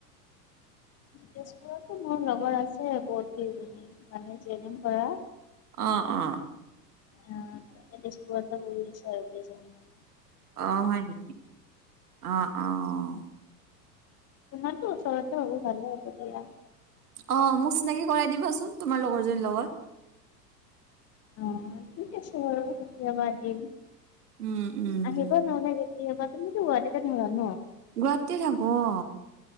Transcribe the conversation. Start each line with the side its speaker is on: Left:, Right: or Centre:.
Left: তেজপুৰতো মোৰ লগৰ আছে বহুত কেইজনী মানে জেএনেম কৰা।
Right: অ অ।
Left: অ তেজপুৰতে পঢ়ি আছে আৰু কেইজনিমান।
Right: অ হয় নেকি অ অহ।
Left: তোমাৰতো ওচৰতে হ'ব ভালে হ'ব দিয়া।
Right: অ মোক চিনাকি কৰাই দিবাচোন তোমাৰ লগৰজনীৰ লগত।
Left: অ ঠিক আছে বাৰু কেতিয়াবা দিম
Right: উম, উম,
Left: আহিব নহ'লে কেতিয়াবা। তুমিটো গুৱাহাটীতে থাকা নহ।
Right: গুৱাহাটী থাকোঁ অ।